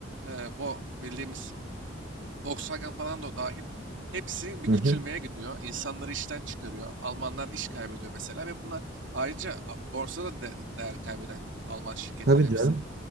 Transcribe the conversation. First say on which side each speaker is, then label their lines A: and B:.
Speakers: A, on the right; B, on the right.
A: e, bu bildiğimiz Volkswagen falan da o dahil. Hepsi bir küçülmeye
B: Hı hı.
A: gidiyor. İnsanları işten çıkarıyor. Almanlar iş kaybediyor mesela ve bunlar ayrıca a, borsada de- değer kaybeden Alman şirketleri
B: Tabii
A: hepsi.
B: canım.